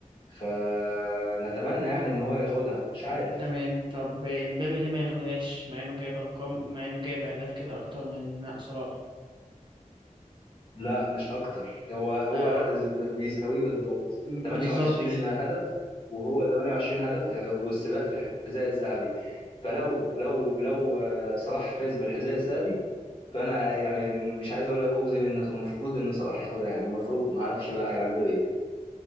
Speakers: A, on the left; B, on the right.
A: فنتمنى يعني ان هو ياخدها مش عارف
B: تمام طب إمبابي ليه ما ياخدهاش مع إنه جايب أرقام مع إنه جايب أهداف كده أكتر من صلاح
A: لا مش اكتر هو هو
B: اه
A: ن- بيساويه بالظبط
B: م-
A: 28
B: بالظبط
A: هدف وهو 28 هدف في- والسباق في الحذاء الذهبي فلو لو لو آه، صلاح فاز بالحذاء الذهبي فانا يعني مش عايز اقول لك اجزم ان كان المفروض ان صلاح ياخدها يعني المفروض ما اعرفش بقى هيعملوا ايه